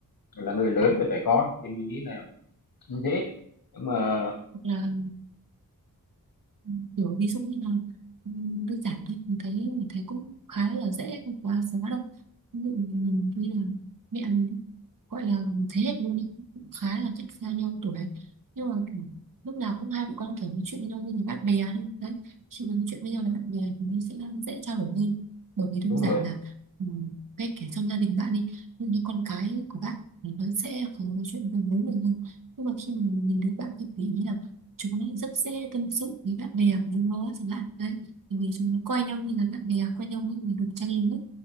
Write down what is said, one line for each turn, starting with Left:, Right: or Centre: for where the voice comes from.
Left: là người lớn với trẻ con thì mình nghĩ là cũng dễ. Nhưng mà
Right: hoặc là Ừ, kiểu ví dụ như là ừ, đơn giản thôi mình thấy mình thấy cũng khá là dễ không quá khó đâu ví dụ mình như là mẹ mình gọi là thế hệ luôn ý, cũng khá là cách xa nhau tuổi nhưng mà kiểu, lúc nào cũng hai mẹ con kiểu nói chuyện với nhau như là bạn bè thôi đấy khi mình nói chuyện với nhau là bạn bè thì mình sẽ dễ trao đổi hơn bởi vì đơn
Left: đúng
Right: giản
Left: rồi,
Right: là ừ, ngay cả trong gia đình bạn đi ví dụ như con cái của bạn thì nó sẽ khó nói chuyện với bố mình hơn nhưng mà khi mình nhìn thấy bạn thì để ý là chúng nó rất dễ tâm sự với bạn bè của chúng nó chẳng hạn đấy bởi vì chúng nó coi nhau như là bạn bè coi nhau như là đồng trang lứa